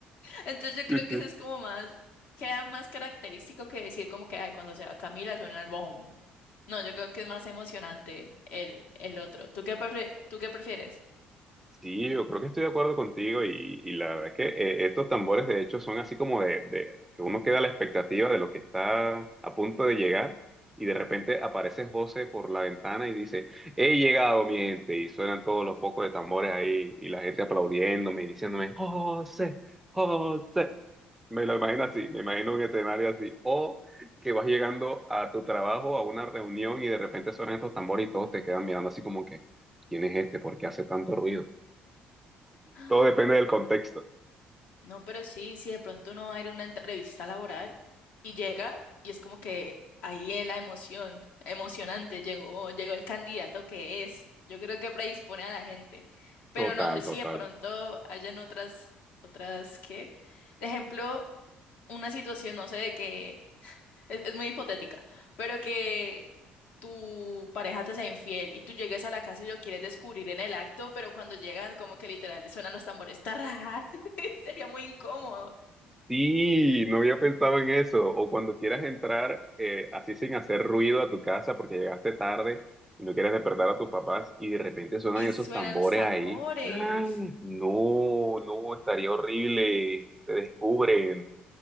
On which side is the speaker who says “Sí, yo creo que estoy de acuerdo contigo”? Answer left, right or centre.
Centre